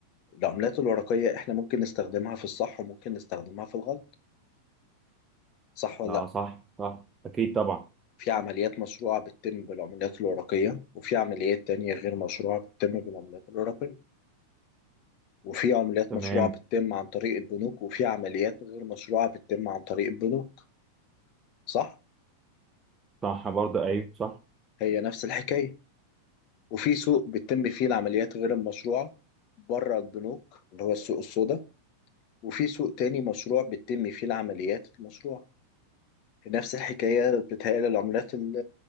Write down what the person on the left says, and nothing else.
العملات الورقية احنا ممكن نستخدمها في الصح وممكن نستخدمها في الغلط صح ولا
في عمليات مشروعة بتتم بالعمليات الورقية وفي عمليات تانية غير مشروعة بتتم بالعمليات الورقية وفي عمليات
مشروعة بتتم عن طريق البنوك وفي عمليات غير مشروعة بتتم عن طريق البنوك صح؟
هي نفس الحكاية وفي سوق بتتم فيه العمليات غير المشروعة بره البنوك اللي هو السوق السوداء وفي سوق تاني مشروع بتتم فيه العمليات المشروعة في نفس الحكاية بتهيألي العملات ال-